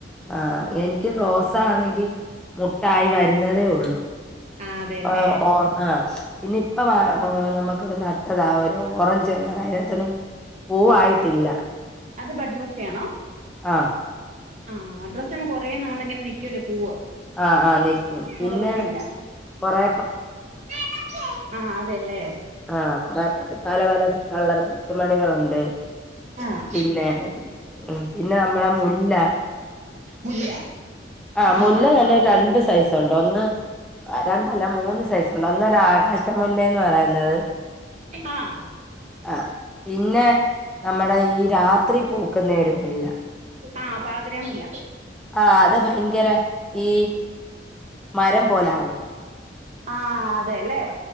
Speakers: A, in the centre; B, on the right.
A: ആ എനിക്ക് റോസ
B: ആഹ്
A: ആണെങ്കിൽ മുട്ടായി വരുന്നതേയുള്ളൂ
B: ആഹ് അതെല്ലേ
A: ആ ഓ ങ ഇനി ഇപ്പാ വ ഓ നമുക്ക് നട്ടതാ ഒരു ഓറഞ്ച് കളർ അയിനത്തി നും പൂവായിട്ടില്ല
B: അത് ബഡ്റോസ്റ്റ ആണോ
A: ആ
B: ആ മഡ്ർസ്റ്റ് കുറെ നാള് ഇങ്ങനെ നിൽക്കുവല്ലോ പൂവ്
A: ആഹ് ആഹ് നിക്കും പിന്നെ
B: പോകത്തില്ല
A: കൊറെ
B: ആ എന്നെ എടുക്ക് ആ അതെ അല്ലേ
A: അ ക പലപലസ് കളർ മുത്തുമണികൾ ഉണ്ട്
B: ആഹ്
A: പിന്നെ പിന്നെ നമ്മുടെ മുല്ല
B: മുല്ല
A: ആ
B: ആഹ്
A: മുല്ല
B: ആഹ്
A: തന്നെ
B: ആഹ്
A: രണ്ട് സൈസ് തൊണ്ടൊന്ന് ഒന്ന് രണ്ടല്ല മൂന്ന് സൈസ് ഉണ്ട് ഒന്ന് ആകാശ മുല്ലെ എന്ന് പറയുന്നേ അത്
B: ആഹ്
A: അ പിന്നെ നമ്മുടെ ഈ രാത്രി പൂക്കുന്ന ഇരുപ്പില്ല
B: ആ പാതിരാ മുല്ല
A: ആ ഭയങ്കര ഈ മരം പോലെയാകും
B: ആ അതെയല്ലേ